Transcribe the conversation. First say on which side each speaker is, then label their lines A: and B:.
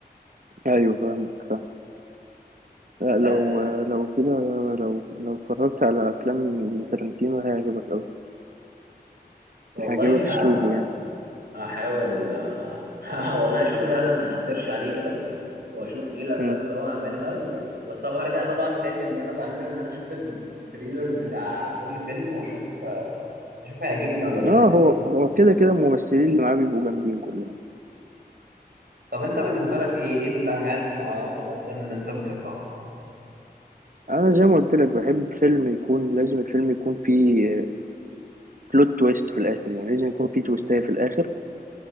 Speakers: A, on the right; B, on the right.
A: ايوه فاهمك لا،
B: بس
A: لو لو كده لو لو اتفرجت على افلام لتارنتينو هيعجبك قوي
B: والله
A: هيعجبك اسلوبه
B: ه-
A: يعني
B: هحاول آه، <laughs> والله اشوف فعلا هسيرش عليه كده واشوف ايه الافلام
A: مم.
B: اللي هو عاملها و... بس طبعا هرجع طبعا تاني اللي انا بعمله ان انا اشوف التريلر بتاع كل فيلم واشوف اشوف هيعجبني ولا لا
A: اه هو
B: فاهم
A: هو كده كده الممثلين اللي معاه بيبقوا جامدين كلهم
B: طب انت بالنسبه لك ايه ايه الانواعات نوعيات الافلام اللي انت بتحبها
A: انا زي ما قلت لك بحب فيلم يكون لازم الفيلم يكون فيه بلوت تويست في الاخر يعني لازم يكون فيه تويستاية في الاخر